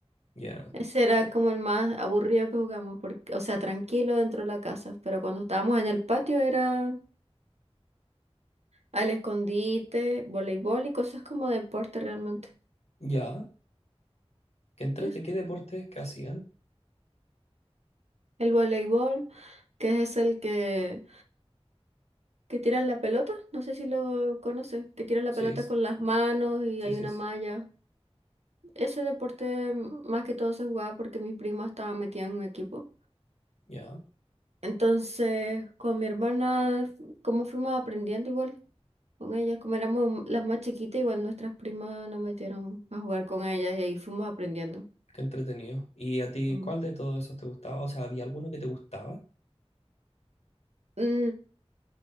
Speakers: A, on the left; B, on the right.
A: ya,
B: Ese era como el más aburrido que jugamos, porque, o sea, tranquilo dentro de la casa, pero cuando estábamos en el patio era al escondite, voleibol y cosas como deporte realmente.
A: ya. Qué entrete,
B: Eso.
A: qué deportes que hacían.
B: El voleibol. que es el que, que tira la pelota, no sé si lo conoces, que tira la
A: Sí,
B: pelota con las manos y
A: sí,
B: hay
A: sí,
B: una
A: sí.
B: malla. Ese deporte mm, más que todo se jugaba porque mi prima estaba metida en un equipo.
A: Ya,
B: Entonces, con mi hermana, como fuimos aprendiendo igual con ella, como éramos las más chiquitas, igual nuestras primas nos metieron a jugar con ellas y ahí fuimos aprendiendo.
A: qué entretenido. ¿Y a ti
B: Mm.
A: cuál de todos esos te gustaba? O sea, ¿había alguno que te gustaba?
B: Mm,